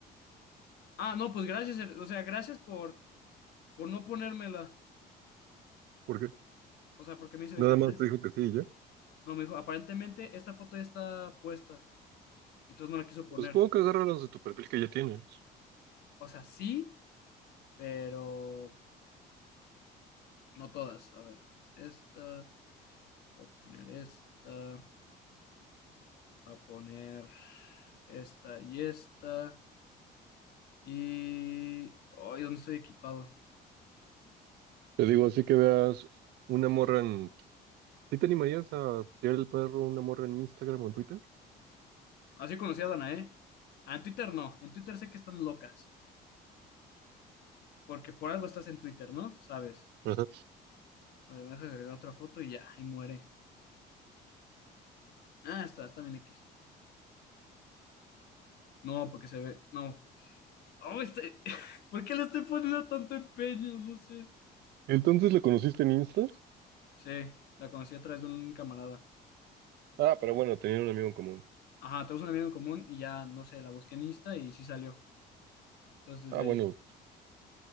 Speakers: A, on the left; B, on the right.
A: Ah, no, pues gracias. eh, O sea, gracias por, por no ponérmela.
B: ¿Por qué?
A: O sea, porque me dice de
B: Nada
A: que... apar-
B: más te dijo que sí, y ¿ya?
A: No, me dijo, aparentemente esta foto ya está puesta. Y entonces no la quiso poner.
B: Pues supongo que agarra los de tu perfil que ya tienes.
A: O sea, sí, pero no todas. A ver, esta, voy a poner esta, voy a poner esta y esta. Y... Ay, ¿dónde estoy equipado?
B: Te digo, así que veas una morra en... ¿Sí te animarías a tirar el perro a una morra en Instagram o en Twitter?
A: Así conocí a Danae. Ah, en Twitter no. En Twitter sé que están locas. Porque por algo estás en Twitter, ¿no? Sabes.
B: Ajá.
A: A ver, Deja agregar otra foto y ya, y muere. Ah, está, está bien X. No, porque se ve. No. Oh, este... <laughs> ¿Por qué le estoy poniendo tanto empeño? No sé.
B: Entonces, ¿la conociste en Insta?
A: Sí, la conocí a través de un camarada.
B: Ah, pero bueno, tenían un amigo en común.
A: Ajá, tenemos un amigo en común y ya, no sé, la busqué en Insta y sí salió. Entonces
B: Ah,
A: desde
B: bueno,
A: ahí.